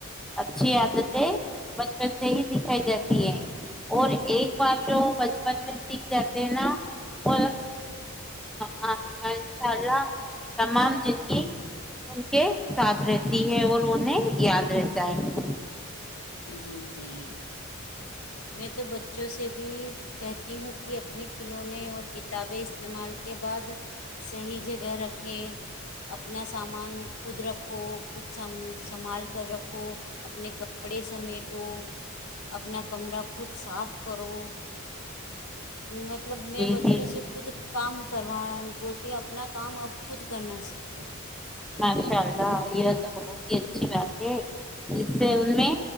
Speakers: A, in the centre; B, on the left.
A: اچھی عادتیں بچپن سے ہی سکھائی جاتی ہے اور ایک بار جو بچپن میں سیکھ جاتے ہیں نا اور ان شاء اللہ تمام جندگی ان کے <inaudible> ساتھ رہتی ہے اور انہیں یاد رہتا ہے
B: جی جی میں تو بچوں سے بھی کہتی ہوں کہ اپنے کھلونے اور کتابیں استعمال کے بعد صحیح جگہ رکھیں اپنا سامان خود رکھو خود س سنبھال کر رکھو اپنے کپڑے سمیٹو اپنا کمرہ خود صاف کرو مطلب میں
A: جی
B: بچوں
A: جی
B: سے خود کام کروں بولتی ہیں اپنا کام اب خود کرنا سیکھو
A: ماشاء اللہ یہ تو بہت ہی اچھی بات ہے اس سے ان میں